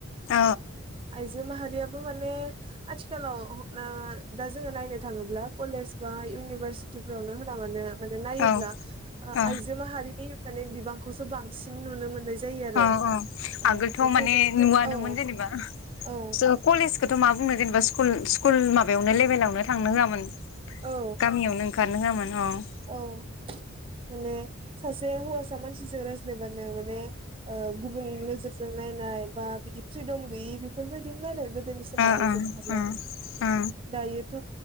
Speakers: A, on the left (about 70°); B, on the right (about 25°).
A: औ
B: आइजो माहारिया बो माने आथिखालाव ओं दा जोङो नायनो थाङोब्ला कलेज बा इउनिभारसिटिफोरावनो होना मानो माने नायोब्ला
A: औ
B: आ-आइजो
A: औ
B: माहारिनि माने बिबांखौसो बांसिन नुनो मोननाय जायो आरो
A: औ औ
B: ओ
A: आगोलथ'
B: बेखायनो
A: माने नुवानोमोन
B: औ
A: जेनेबा स'
B: औ
A: कलेज खोथ' मा बुंनो जेनेबा स्कुल-स्कुल माबायावनो लेभेलावनो थांनो होआमोन।
B: औ
A: गामियावनो ओंखार नो होआमोन। औ <inaudible>
B: औ माने सासे हौवासा मानसिजों रायज्लायबानो माने ओं गुबुन नोजोरजों नायनाय बा बिदि फ्रिद'म गैयै बेफोरबायदिमोन आरो गो गोदोनि समाव
A: ओ
B: आइजो
A: ओ
B: माहारिया
A: ओ ओ
B: दायोथ'